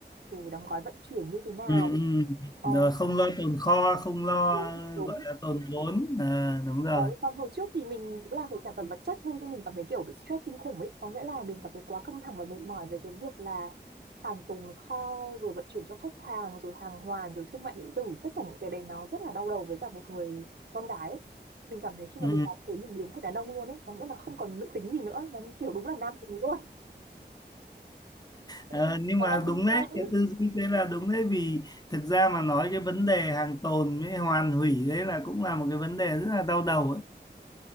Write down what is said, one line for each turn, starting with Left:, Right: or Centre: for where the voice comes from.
Right: rồi đóng gói vận chuyển như thế nào
Left: ừ, ừ.
Right: ờ,
Left: rồi không lo tồn kho không lo
Right: đúng đúng
Left: gọi là tồn vốn à, đúng rồi
Right: Đấy, còn hồi trước thì mình cũng làm về sản phẩm vật chất thôi nhưng mình cảm thấy kiểu bị stress kinh khủng ấy có nghĩa là mình cảm thấy quá căng thẳng và mệt mỏi về cái việc là hàng tồn kho rồi vận chuyển cho khách hàng rồi hàng hoàn rồi thương mại điện tử tất cả những cái đấy nó rất là đau đầu với cả một người con gái ấy. Mình cảm thấy khi
Left: ừ.
Right: mà mình làm thế mình biến thành đàn ông luôn ấy có nghĩa là không còn nữ tính gì nữa mà như kiểu đúng là nam tính luôn tại
Left: Ờ,
Right: vì
Left: nhưng
Right: nó
Left: mà
Right: là
Left: đúng
Right: kinh
Left: đấy
Right: doanh ấy
Left: cái tư duy thế là đúng đấy vì thực ra mà nói cái vấn đề hàng tồn với hoàn hủy đấy là cũng là một cái vấn đề rất là đau đầu ấy